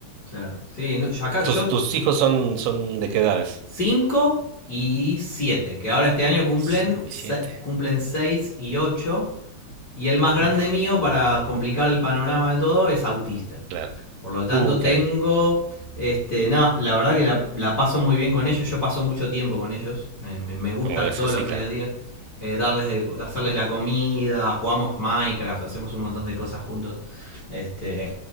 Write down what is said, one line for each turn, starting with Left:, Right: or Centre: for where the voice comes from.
Left: Claro. Sí, no, yo acá, yo,
Right: ¿Tus, tus hijos son, son de qué edades?
Left: 5 y 7, que ahora este año cumplen,
Right: Cinco
Left: se,
Right: y siete.
Left: cumplen 6 y ocho Y el más grande
Right: Uf,
Left: mío, para complicar el panorama de todo, es autista.
Right: claro.
Left: Por lo tanto,
Right: Uh, caray.
Left: tengo. Este, no, la verdad que la, la paso muy bien con ellos. Yo paso mucho tiempo con ellos. Me, me- me gusta
Right: Como debe
Left: todos
Right: ser, sí,
Left: los mediodías
Right: claro.
Left: eh, darles de- hacerles la comida. Jugamos Minecraft, hacemos un montón de cosas juntos. Este,